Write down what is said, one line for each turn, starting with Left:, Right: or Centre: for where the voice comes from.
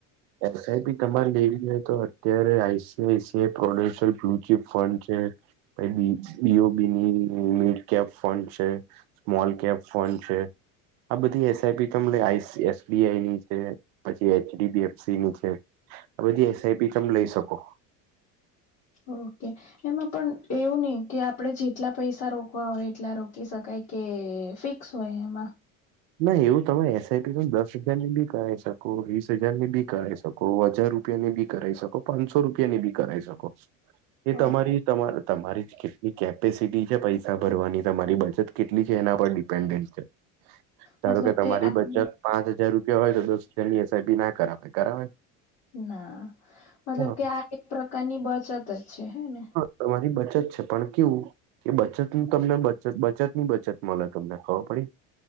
Right: એસઆઈપી તમારે લેવી હોઈ તો અત્યારે આઈસીઆઈસીઆઈ પ્રોડેન્શયલ બ્લુચીપ ફંડ છે તેની, બીઓબીની મિડકેપ ફંડ છે, સ્મોલ કેપ્સ ફન છે, આ બધી એસઆઈપી તમને, આઈ સી, એસબીઆઈ ની છે, પછી એચડીબીએફ સી ની છે, આ બધી એસઆઈપી તમ લઈ સકો.
Left: ઓકે એમાં પણ એવું નઈ કે આપડણે જેટલા પૈસા રોકવા હોય એટલા રોકી શકાય કે ફિક્સ હોય એમાં
Right: ના એવું તમે એસઆઈપી તો દસ હજાર ની બી કરાવાઈ શકો વીસ હજાર ની બી કરાઈ શકો કો હજાર રૂપિયા ની બી કરાઈ શકો પાંચસો રૂપિયા ની બી કરાઈ શકો એ
Left: ઓ,
Right: તમારી તમા તમારી કેટલી કેપેસિટી છે પૈસા ભરવાની તમારી બચત કેટલી છે એના પર ડિપેન્ડન્ટ છે ધારો
Left: મતલબ
Right: કે તમારી
Left: આ
Right: બચત પાંચ હજાર રૂપિયા હોય તો દ તેની એસઆઈ બી ના કરાવે કરાવે
Left: ના મતલબ
Right: હા
Left: કે આ એક પ્રકારની બચત જ છે હે ને
Right: તમારી બચત છે પણ કેવું કે બચત નું તમને બત બચતની બચત મળે તમને ખબર પડી